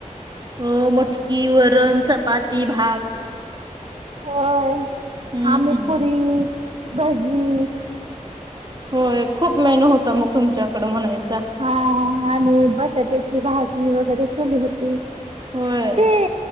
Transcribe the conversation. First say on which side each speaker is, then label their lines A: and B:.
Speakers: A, on the right; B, on the right.
A: हो मटकी वरण चपाती भात
B: होय
A: हम्म
B: आमपुरी
A: हम्म
B: भजी
A: होय खूप मेनू होता मग तुमच्याकडं म्हणायचा
B: हा आणि बटाट्याची भाजी वगैरे केली होती
A: होय
B: ते